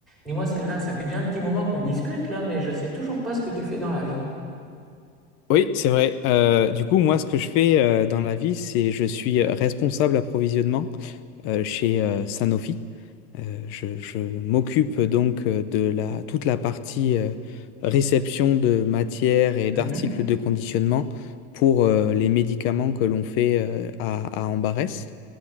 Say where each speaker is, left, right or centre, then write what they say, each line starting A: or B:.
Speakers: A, in the centre; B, on the left.
A: Dis-moi Sylvain, ça fait déjà un petit moment qu'on discute là, mais je sais toujours pas ce que tu fais dans la vie.
B: Oui, c'est vrai. Euh, du coup, moi, ce que je fais euh, dans la vie, c'est je suis responsable approvisionnement euh, chez euh, Sanofi. Euh, je je m'occupe donc euh, de la, toute la partie euh, réception de matières et
A: Mhm.
B: d'articles de conditionnement pour euh, les médicaments que l'on fait euh, à, à Ambarès.